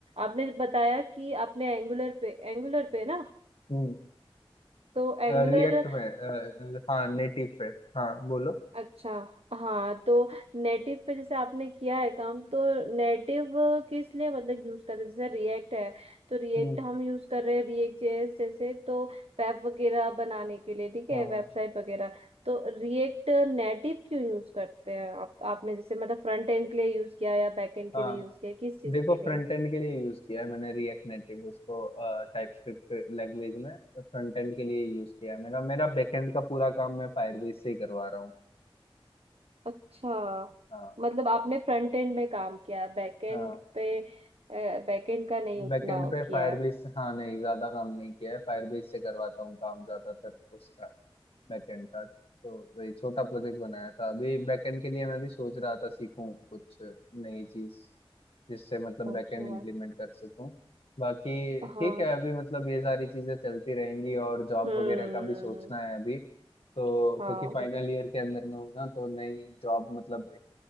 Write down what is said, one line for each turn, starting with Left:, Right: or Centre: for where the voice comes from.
Right: आपने बताया कि आपने एंगुलर पे एंगुलर पे ना
Left: हम्म
Right: तो एंगुलर
Left: रिएक्ट में अ, अ, हाँ नेटिव पे हाँ बोलो
Right: अच्छा हाँ तो नेटिव पे जैसे आपने किया है काम तो नेटिव किस लिए मतलब यूज करते हैं जैसे रिएक्ट है तो रिएक्ट
Left: हम्म
Right: हम यूज कर रहे हैं रिएक्ट जेएस जैसे तो वेब वगैरह बनाने के लिए ठीक है
Left: हाँ
Right: वेबसाइट वगैरह तो रिएक्ट नेटिव क्यों यूज करते हैं आप आपने जैसे मतलब फ्रंट एंड के लिए यूज किया या बैक एंड
Left: हाँ
Right: के लिए यूज किया किस चीज
Left: देखो
Right: के
Left: फ्रंट
Right: लिए
Left: एंड के लिए यूज किया है मैंने रिएक्ट नेटिव उसको टाइप स्क्रिप्ट लैंग्वेज में फ्रंट एंड के लिए यूज किया है मेरा मेरा बैकएंड का पूरा काम मैं फायरबेस से ही करवा रहा हूँ
Right: अच्छा
Left: हाँ
Right: मतलब आपने फ्रंट एंड में काम किया है बैक एंड
Left: हाँ
Right: पे बैक एंड का नहीं उतना
Left: बैकएंड पे
Right: किया
Left: फायरबेस
Right: है
Left: हाँ नहीं ज्यादा काम नहीं किया है फायरबेस से करवाता हूँ काम ज्यादातर उसका बैकएंड का तो वही छोटा प्रोजेक्ट बनाया था अभी बैकएंड के लिए मैं भी सोच रहा था सीखूं कुछ नई चीज जिससे मतलब बैकएंड
Right: अच्छा
Left: इंप्लीमेंट कर सकूं बाकी ठीक
Right: हाँ
Left: है अभी मतलब ये सारी चीजें चलती रहेंगी और जॉब
Right: हम्म
Left: वगैरह का भी सोचना है अभी तो
Right: हाँ
Left: क्योंकि फाइनल
Right: वो तो
Left: ईयर के अंदर में हूं ना तो नई जॉब मतलब